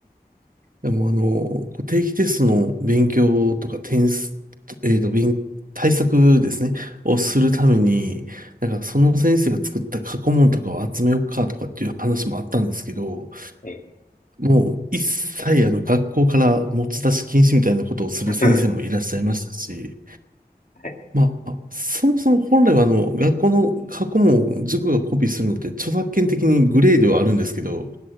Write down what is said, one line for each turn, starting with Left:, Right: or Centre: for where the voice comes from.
Right: でもあの、こう定期テストの勉強とか点数、えーと、勉、対策ですね、をするために、なんかその先生が作った過去問とかを集めようかとかっていう話もあったんですけど、
Left: ええ。
Right: もう一切あの学校から持ち出し禁止みたいなことをする先生もいらっしゃいましたし、
Left: <laughs> はい。
Right: まあ、そもそも本来はあの学校の過去問を塾がコピーするのって著作権的にグレーではあるんですけど、